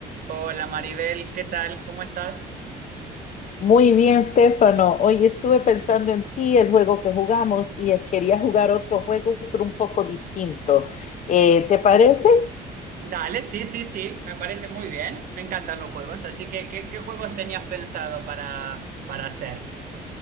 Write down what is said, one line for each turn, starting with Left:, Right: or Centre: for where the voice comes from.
Right: Hola Maribel, ¿qué tal? ¿Cómo estás?
Left: Muy bien, Stefano. Hoy estuve pensando en ti, el juego que jugamos, y eh, quería jugar otro juego, pero un poco distinto. Eh, ¿te parece?
Right: Ok. Dale, sí, sí, sí, me parece muy bien. Me encantan los juegos, así que ¿qué, qué juegos tenías pensado para, para hacer?